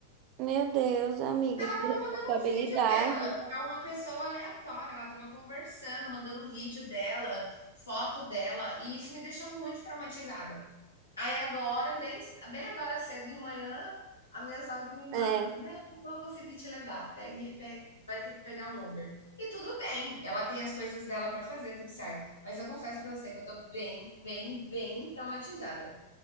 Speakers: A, on the right; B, on the left.
A: Meu Deus, amiga,
B: Ela
A: que
B: tava
A: responsabilidade.
B: mandando um vídeo dela pra uma pessoa aleatória. Ela tava conversando, mandando um vídeo dela, foto dela, e isso me deixou muito traumatizada. Aí agora, bem, bem agora cedo de manhã, a minha sogra me manda,
A: É.
B: não, não vou conseguir te levar, pegue- pe- vai ter que pegar um Uber. E tudo bem, ela tem as coisas dela para fazer, tudo certo. Mas eu confesso para você que eu tô bem, bem, bem traumatizada